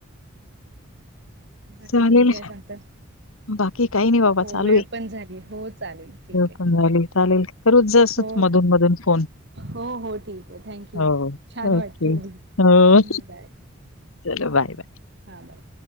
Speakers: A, on the right (about 55°); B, on the left (about 80°).
A: बाकी
B: चालेल
A: तुम्ही काय सांगता?
B: बाकी काही नाही बाबा
A: हो
B: चालू
A: वेळ
B: आहे
A: पण झाली हो चालेल ठीक
B: ज
A: आहे.
B: पण झाली चालेल. करूच जसच
A: हो
B: मधून, मधुन फोन.
A: हो हो ठीक आहे थँक यू
B: हो
A: छान वाटत
B: ओके
A: बोल
B: हो
A: बाय.
B: चलो बाय, बाय.
A: हा बाय.